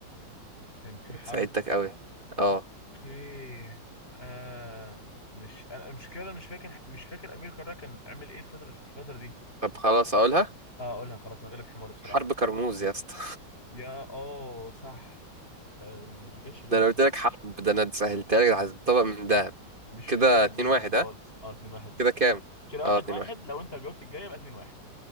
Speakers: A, on the left (about 25°); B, on the right (about 25°).
A: كان في حرب
B: ساعدتك قوي اه
A: اوكي آه مش انا المشكله مش فاكر مش فاكر امير كرارة كان عامل ايه الفتره في الفتره دي
B: طب خلاص اقولها
A: اه اقولها خلاص انا غلب حماري بصراحه
B: حرب كرموز يا اسطى
A: يا اه صح آه، مش جاش
B: <laughs>
A: في بالي
B: ده انا
A: خ-
B: قلت لك حرب ده انا سهلتها لك ده هتطبق من دهب
A: مش
B: كده
A: في بالي
B: اتنين
A: بجد
B: واحد
A: خالص
B: ها
A: اه 2 1 ليك
B: كده كام
A: كده واحد
B: اه اتنين
A: واحد
B: واحد
A: لو انت جاوبت الجايه يبقى 2 1